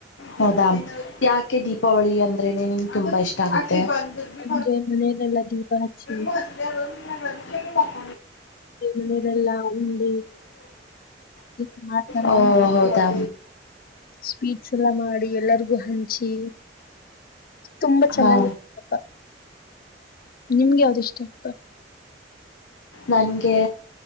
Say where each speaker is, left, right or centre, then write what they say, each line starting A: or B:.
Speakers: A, on the left; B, on the left.
A: ಹೌದಾ ಯಾಕೆ ದೀಪಾವಳಿ ಅಂದ್ರೇನೆ ನಿಮ್ಗೆ ತುಂಬಾ ಇಷ್ಟ ಆಗುತ್ತೆ ನಿರ್ಬೀ
B: ಅಂದ್ರೆ ಮನೆಯಲೆಲ್ಲಾ ದೀಪ ಹಚ್ಚಿ
A: ಹತ ಹಗಡೆ <unintelligible>
B: ಅ ಮನೆಯದೆಲ್ಲಾ ಉಂಡಿ ಈ ಮಾಡ್ತಾರ
A: ಓ ಹೌದಾ
B: ಸ್ವೀಟ್ಸ್ ಎಲ್ಲ ಮಾಡಿ ಎಲ್ಲರಿಗೂ ಹಂಚಿ ತುಂಬಾ ಚೆನ್ನಾಗಿರ್ತ್ತಪ್ಪ
A: ಹಾ
B: ನಿಮ್ಗೆ ಯಾವ್ದಿಷ್ಟ ಅಪ್ಪ
A: ನನ್ಗೆ